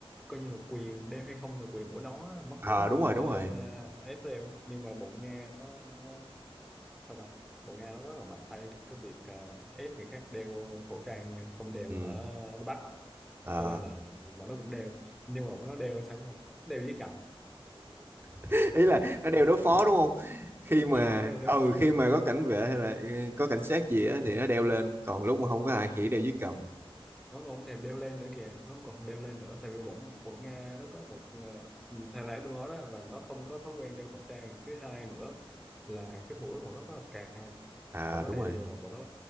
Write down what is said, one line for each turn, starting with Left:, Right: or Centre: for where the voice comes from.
Centre: coi như là quyền đeo hay không là quyền của nó mắc
Right: à,
Centre: mớ
Right: đúng
Centre: gì
Right: rồi, đúng
Centre: hả
Right: rồi.
Centre: ép đeo nhưng mà bọn Nga nó nó sao ta bọn Nga nó rất là mạnh tay trong cái việc à, ép người khác đeo khẩu trang nha không đeo
Right: Ừ,
Centre: là hả nó bắt
Right: ờ.
Centre: cho nên là bọn nó cũng đeo nhưng mà bọn nó đeo sao cũng không đeo với cặp
Right: <laughs> Ý là nó đeo đối phó đúng không? Khi mà
Centre: ừ đeo đối
Right: ừ
Centre: phó
Right: khi
Centre: thôi
Right: mà có cảnh vệ hay là ừ, có cảnh sát gì á
Centre: ừ.
Right: thì nó đeo lên, còn lúc mà không có
Centre: nó,
Right: ai thì đeo dưới cầm.
Centre: nó còn không thèm đeo lên nữa kìa nó còn không đeo lên nữa tại vì bọn bọn Nga nó có một ờ, thầy phải tôi nói đó là nó không có thói quen đeo khẩu trang thứ hai nữa là cái mũi bọn nó rất là cao
Right: À
Centre: bọn nó
Right: đúng
Centre: đeo
Right: rồi,
Centre: vô là bọn nó